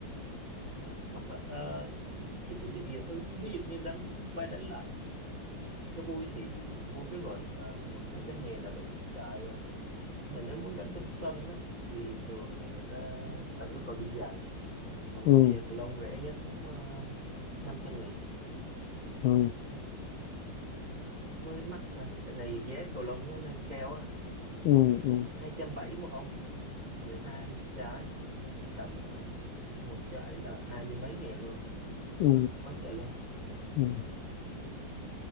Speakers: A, on the right; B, on the left.
A: Ờ, mắc lắm. Ờ, phải chuẩn bị nhiều thứ ví dụ như đánh qua đánh lại cho vui thì mua cái vợt ờ, một hai trăm ngàn là đủ xài rồi nhưng mà nếu muốn đánh trong sân á, thì thường là người ta phải yêu cầu đi giày và một
B: ừ
A: đôi giày cầu lông rẻ nhất cũng uh, 500 ngàn
B: ừ
A: ừ. với mắc rồi dạo này giá cầu lông nó lên cao á
B: ừ
A: uh,
B: ừ
A: hai trăm bảy một ống 12 trái tầm ờ, một trái là hai mươi mấy ngàn luôn
B: ừ
A: mắc quá trời luôn
B: ừ.